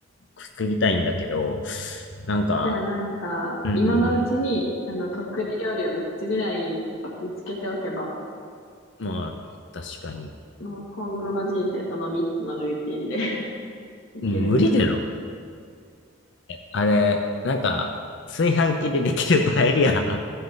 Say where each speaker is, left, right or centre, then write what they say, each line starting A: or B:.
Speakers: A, on the left; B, on the left.
A: 作りたいんだけど、なんか、
B: じゃあなんか、
A: うーん、
B: 今のうちに、あの、得意料理を3つぐらい見つけておけば、
A: まあ、確かに。
B: もう今後の人生その3つのルーティンで <laughs> いけるんじゃない
A: うん無理だろ。あれ、なんか、炊飯器でできるパエリア